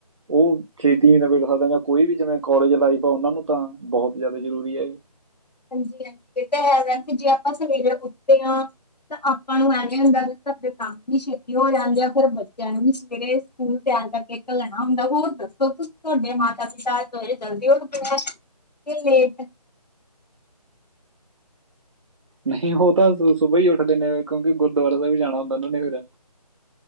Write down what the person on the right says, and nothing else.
ਉਹ ਛੇਤੀ ਨਵੇ ਲਿਖਾਦਾਗੇ, ਕੋਈ ਵੀ ਜਿਵੇਂ ਕੋਾਲਜ ਲਾਈਫ ਆ ਉਹਨਾਂ ਨੂੰ ਤਾਂ ਬਹੁਤ ਜ਼ਿਆਦਾ ਜ਼ਰੂਰੀ ਆ ਜੀ,
ਨਹੀਂ, ਉਹ ਤਾਂ ਸੁਬਾ ਹੀ ਉੱਠਦੇ ਨੇ, ਕਿਉਂਕਿ ਗੁਰਦੁਆਰਾ ਸਾਹਿਬ ਜਾਣਾ ਹੁੰਦਾ ਉਹਨਾਂ ਨੇ ਫੇਿਰ,